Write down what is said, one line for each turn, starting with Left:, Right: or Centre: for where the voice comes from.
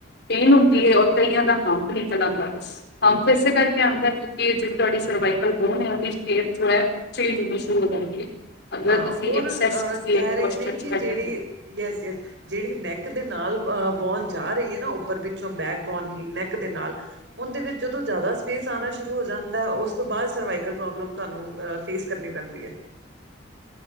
Left: ਪੇਨ ਹੁੰਦੀ ਐ, ਔਰ ਕਈਆਂ ਦਾ ਹੰਪ ਨਿਕਲਾ ਜਾਂਦਾ ਬਸ। ਹ ਇਸੇ
Right: ਓਕੇ
Left: ਕਰਕੇ ਆਂਦਾ ਐ। ਕਿ ਜਿਹੜੀ ਤੁਹਾਡੀ ਸਰਵਾਈਕਲ ਬੋਨ ਐ, ਉਦੀ ਸਿਹਤ ਜੋ ਐ, ਚੇਂਜ ਹੋਣੀ ਸ਼ੁਰੂ ਹੋ ਜਾਂਦੀ ਹੈ। ਅਗਰ
Right: ਹਾਂ
Left: ਅਸੀਂ
Right: ਔਰ
Left: ਐਕਸੈਸ ਕਿਸੇ
Right: ਕਹਿ
Left: ਇੱਕ
Right: ਰਹੇ
Left: ਪੋਸਚਰ
Right: ਨੇ
Left: 'ਚ
Right: ਕਿ,
Left: ਬੈਠੇ
Right: ਜਿਹੜੀ
Left: ਹੋਈਏ।
Right: ਯਸ, ਯਸ। ਜਿਹੜੀ ਨੈਕ ਦੇ ਨਾਲ ਅਹ ਬੋਨ ਜਾ ਰਈ ਐ, ਨਾ ਉੱਪਰ ਪਿੱਛੋਂ ਬੈਕ ਬੋਨ ਹੀ ਨੈਕ ਦੇ ਨਾਲ। ਉਦੇ ਵਿੱਚ ਜਦੋਂ ਜ਼ਿਆਦਾ ਸਪੇਸ ਆਉਣਾ ਸ਼ੁਰੂ ਹੋ ਜਾਂਦਾ, ਉਸ ਤੋਂ ਬਾਅਦ ਸਰਵਾਈਕਲ ਪ੍ਰੋਬਲਮ ਤਾਨੂੰ। ਫੇਸ ਕਰਨੀ ਪੈਂਦੀ ਐ।